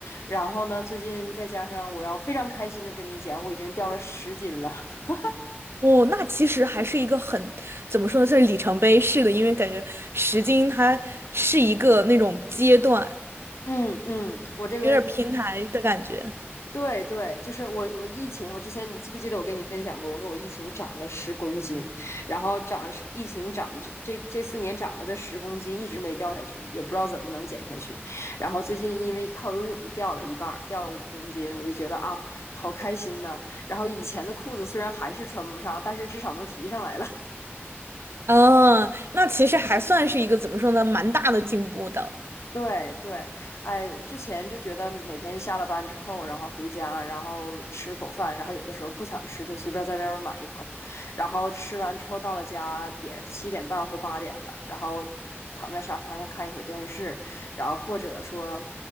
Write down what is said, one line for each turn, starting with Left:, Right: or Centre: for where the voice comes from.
Left: 然后呢，最近再加上我要非常开心的跟你讲，我已经掉了十斤了。<laughs>
Right: 哦，那其实还是一个很，怎么说呢，算是里程碑式的，因为感觉十斤它是一个那种阶段，
Left: 嗯嗯，我这个
Right: 有点儿平台的感觉。
Left: 对对，就是我我疫情，我之前你记不记得我跟你分享过？我说我疫情涨了十公斤，然后长了十，疫情涨这这这四年涨了的十公斤一直没掉下去，也不知道怎么能减下去。然后最近因为靠游泳掉了一半儿，掉了五公斤，我就觉得啊，好开心呐。然后以前的裤子虽然还是穿不上，但是至少能提上来了。
Right: 嗯，那其实还算是一个怎么说呢，蛮大的进步的。
Left: 对对，哎，之前就觉得每天下了班之后，然后回家，然后吃口饭，然后有的时候不想吃，就随便在外边买一口，然后吃完之后到了家也七点半或八点了，然后躺在沙发上看一会儿电视，然后或者说